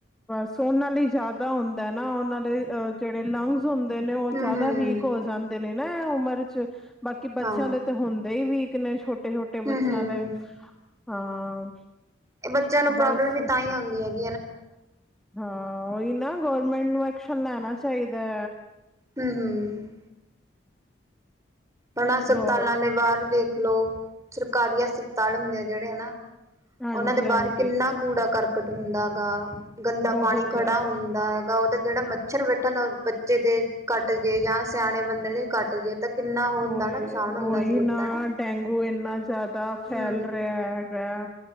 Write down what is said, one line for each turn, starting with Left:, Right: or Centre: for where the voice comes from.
Centre: ਬਸ ਉਹਨਾਂ ਲਈ ਜਾਦਾ ਹੁੰਦਾ ਨਾ, ਉਹਨਾਂ ਦੇ ਜਿਹੜੇ ਲੰਗਸ ਹੁੰਦੇ ਨੇ ਉਹ
Right: ਹਮ
Centre: ਜਾਦਾ
Right: ਹਮ
Centre: ਵੀਕ ਹੋ ਜਾਂਦੇ ਨੇ ਨਾ ਇਹ ਉਮਰ ਚ ਬਾਕੀ ਬੱਚਿਆਂ
Right: ਹਾਂ ਹਮ
Centre: ਦੇ ਤੇ ਹੁੰਦੇ ਹੀ ਵੀਕ ਨੇ ਛੋਟੇ-ਛੋਟੇ ਬੱਚਿਆਂ
Right: ਹਮ
Centre: ਦੇ। ਹਾਂ
Right: ਇਹ ਬੱਚਿਆਂ ਨੂੰ ਪ੍ਰੋਬਲਮ
Centre: ਬਸ
Right: ਵੀ ਤਾਂ ਹੀ ਹੁੰਦਿਆਂ ਹੈਗ
Centre: ਹਾਂ, ਉਹੀ ਨਾ ਗੌਰਮੈਂਟ ਨੂੰ ਐਕਸ਼ਨ ਲੈਣਾ ਚਾਹੀਦੈ।
Right: ਹੁੰ-ਹੁੰ। ਹੁਣ ਹਸਪਤਾਲਾਂ
Centre: ਹੋ
Right: ਦੇ ਬਾਹਰ ਦੇਖ ਲਓ, ਸਰਕਾਰੀ ਹਸਪਤਾਲ ਹੁੰਦੇ ਆ ਜਿਹੜੇ ਹਨਾ। <unintelligible>
Centre: ਹਾਂਜੀ
Right: ਉਹਨਾਂ ਦੇ
Centre: ਹਾਂਜੀ
Right: ਬਾਹਰ ਕਿੰਨਾ ਕੂੜਾ ਕਰਕਟ ਹੁੰਦਾ ਹੈ ਗਾ, ਗੰਦਾ
Centre: ਬਹੁਤ
Right: ਪਾਣੀ ਖੜਾ
Centre: ਜ਼ਿਆਦਾ
Right: ਹੁੰਦਾ। ਉਹਦਾ ਜਿਹੜਾ ਮੱਛਰ ਬੈਠਾ ਹੁੰਦਾ, ਉਹ ਬੱਚੇ ਤੇ, ਕੱਟ ਜੇ ਜਾਂ ਸਿਆਣੇ ਬੰਦੇ ਦੇ ਕੱਟ ਜੇ ਤਾਂ ਕਿੰਨਾ ਉਹ ਹੁੰਦਾ
Centre: ਉਈ
Right: ਨੁਕਸਾਨ ਹੁੰਦਾ
Centre: ਓਹੀ
Right: ਸਰੀਰ
Centre: ਨਾਂ,
Right: ਦਾ ਨਾ
Centre: ਡੇਗੂ ਇੰਨਾ ਜ਼ਿਆਦਾ ਫੈਲ
Right: ਹੂੰ।
Centre: ਰਿਆ। ਹੈਗਾ।